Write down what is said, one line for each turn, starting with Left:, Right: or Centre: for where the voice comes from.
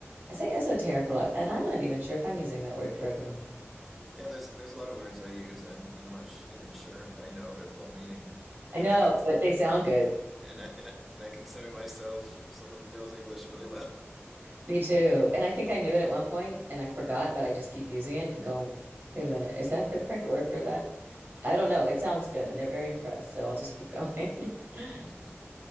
Right: I say esoteric a lot, and I'm not even sure if I'm using that word correctly.
Centre: Yeah, there's there's a lot of words I use and, and I'm not sh even sure if I know their full meaning,
Right: I
Centre: and
Right: know,
Centre: I can
Right: but they sound good.
Centre: And I, and I, and I consider myself someone who knows English really well.
Right: Me too. And I think I knew it at one point and I forgot, but I just keep using it and go, wait a minute, is that the correct word for that? I don't know. It sounds good and they're very impressed, so I'll just keep going. <laughs>
Centre: <laughs>